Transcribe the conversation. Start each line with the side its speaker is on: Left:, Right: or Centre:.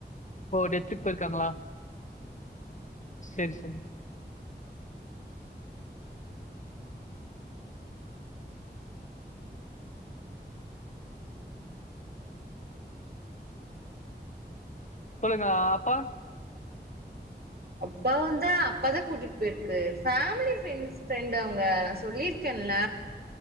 Left: ஓ டெத்துக் பய்ருக்காங்ளா சேர் சே சொல்லுங்க அப்பா
Right: அப்பாவுந்தா பத கூட்டிட் பேய்ருக்கு ஃபேமிலி ஃபிரெண்ஸ் ஃப் ரெண்ட் அவுங்க நா சொல்லிர் கென்ல